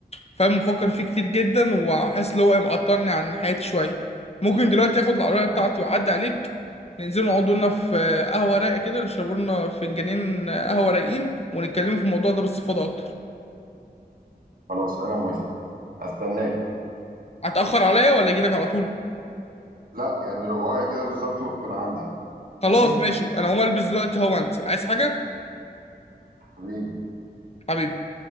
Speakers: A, on the left; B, on the right.
A: فاهم مفكر فيه كتير جدا وحاسس ان هو معطلني عن حياتي شويه ممكن دلوقتي اخد العربيه
B: طب
A: بتاعتي واعدي عليك ننزل نقعد لنا في قهوه رايقه كده نشرب لنا فنجانين قهوه رايقين ونتكلم في الموضوع ده باستفاضه اكتر
B: خلاص انا موافق هستناك
A: هتاخر عليا ولا اجي لك على طول
B: لا يعني رباعية كده بالظبط وتكون عندي
A: خلاص
B: ماشي
A: ماشي انا هقوم البس دلوقتي اهو وانزل عايز حاجه
B: حبيبي
A: حبيبي